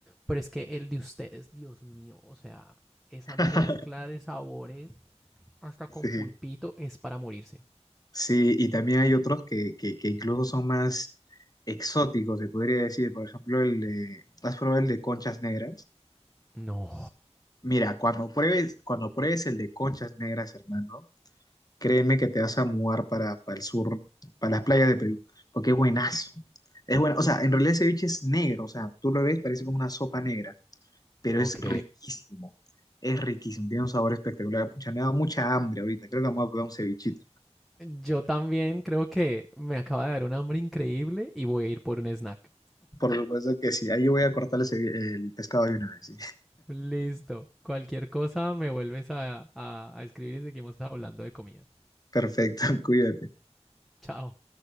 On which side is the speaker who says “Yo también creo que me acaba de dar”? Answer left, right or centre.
Centre